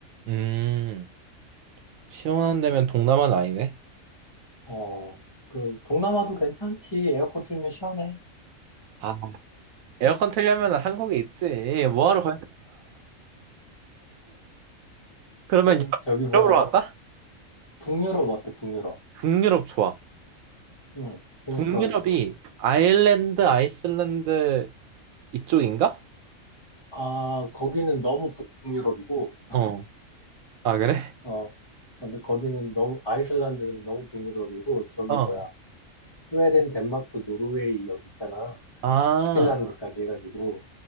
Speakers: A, on the right; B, on the left.
A: 음. 시원한 데면 동남아는 아니네.
B: 어 그 동남아도 괜찮지. 에어컨 틀면 시원해.
A: 아, 에어컨 틀려면 한국에 있지. 뭐하러 거기가? 그러면
B: 그럼
A: 유럽-
B: 저기 뭐야
A: 유럽으로 갈까?
B: 북유럽 어때? 북유럽.
A: 동유럽 좋아.
B: 응. 그러니까
A: 동유럽이 아일랜드, 아이슬란드 이쪽인가?
B: 아 거기는 너무 북유럽이고
A: 어. 아, 그래?
B: 어 아, 근데 거기는 너무 아이슬란드는 너무 북유럽이고 저기
A: 어.
B: 뭐야 스웨덴, 덴마크, 노르웨이 여기 있잖아.
A: 아,
B: 핀란드까지 해가지고